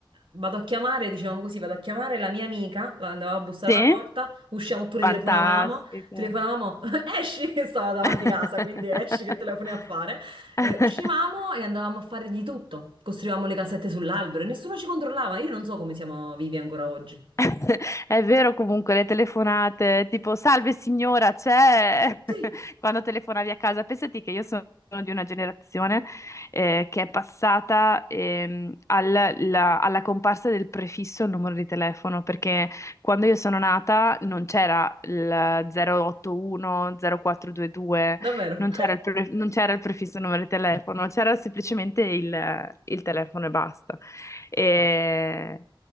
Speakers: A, on the right; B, on the left.
A: vado a chiamare, diciamo così, vado a chiamare la mia amica, la andavo a bussare
B: Sì?
A: alla
B: Cioè,
A: porta, usciamo oppure
B: Fantastico.
A: telefonavamo, telefonavamo, <laughs> esci, stava davanti
B: <laughs>
A: casa, quindi esci che telefoni a fare. Eh, uscivamo e andavamo a fare di tutto, costruivamo le casette sull'albero e nessuno ci controllava, io non so come siamo vivi ancora oggi.
B: <laughs> È vero comunque le telefonate, tipo salve signora, c'è <laughs>
A: Sì,
B: quando telefonavi a casa. Pensati che io sono di una generazione eh, che è passata ehm, al- la- alla comparsa del prefisso al numero di telefono, perché quando io sono nata non c'era il 081, 0422,
A: davvero.
B: non
A: <laughs>
B: c'era il, pre- non c'era il prefisso numero di telefono, c'era semplicemente il il telefono e basta. E-